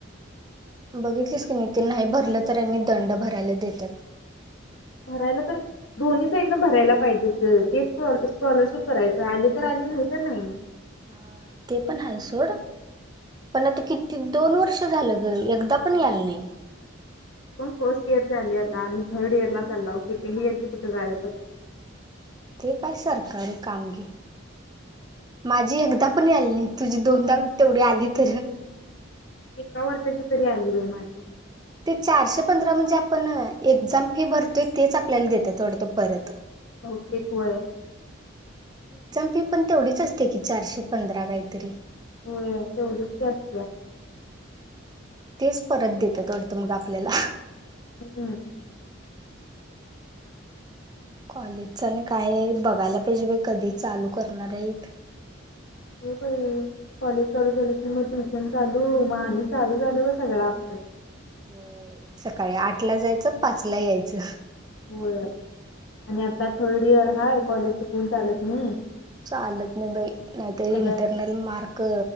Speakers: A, on the right; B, on the left.
A: बघितलीस की नाही ते नाही भरलं तर आणि दंड भरायला देत्यात.
B: भरायला तर दोन्ही साईडन भरायला पाहिजेच गं ते स्कॉलरशिप भरायचं आली तर आली नाही तर नाही.
A: हा ते पण हाय सोड पण आता किती दोन वर्ष झालं गं एकदा पण याल नाही.
B: पण फर्स्ट इयर ची आली आता. आम्ही थर्ड इयरला चाललो. सेकंडइयर ची कुठं गायबचं --
A: ते काय सरकारी काम घे. माझी एकदा पण याली नाही तुझी दोनदा तेवढी आली तर
B: एका वर्षाची तरी आली बाई माझी.
A: ते चारशे पंधरा म्हणजे आपण एक्झाम फी भरतोय तेच आपल्याला देतात वाटत परत.
B: बहुतेक व्हय.
A: ती पण तेवढीच असते की चारशे पंधरा काहीतरी.
B: होय तेवढीच की असतेया.
A: तेच परत देतात वाटतं मग आपल्याला.
B: हम्म.
A: कॉलेजच आणि काय बघायला पाहिजे बाई कधी चालू करणार आहेत. <inaudible>
B: होय बाई कॉलेज चालू झाली कि मग ट्युशन चालू मग आणि चालू झालं ब सगळं आपलं.
A: होय सकाळी आठ ला जायचं पाचला यायचं.
B: होय आणि आता थर्ड इयर हा कॉलेज शिकून चालत नाही.
A: चालत नाही बाई नाहीतरी
B: सगळं
A: इंटरनल मार्क